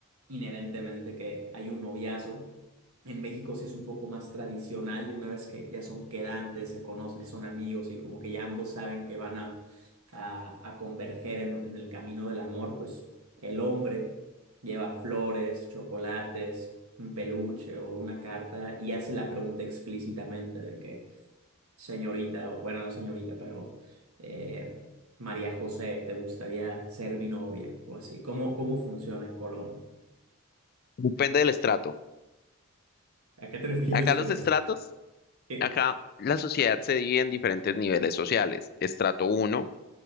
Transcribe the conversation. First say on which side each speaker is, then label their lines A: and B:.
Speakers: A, on the right; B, on the left.
A: inherentemente que hay un noviazgo. En México sí es un poco más tradicional, de una vez que ya son quedantes, se conocen, son amigos y como que ya ambos saben que van a, a, a converger en, en el camino del amor, pues el hombre lleva flores, chocolates, un peluche o una carta y hace la pregunta explícitamente de que, señorita, o bueno, no señorita, pero eh, María José, ¿te gustaría ser mi novia? O así. ¿Cómo, cómo funciona en Colombia?
B: Depende del estrato.
A: ¿A qué te <laughs> refieres
B: Acá
A: con
B: los estratos,
A: eso? ¿Qué?
B: acá la sociedad se divide en diferentes niveles sociales. Estrato uno,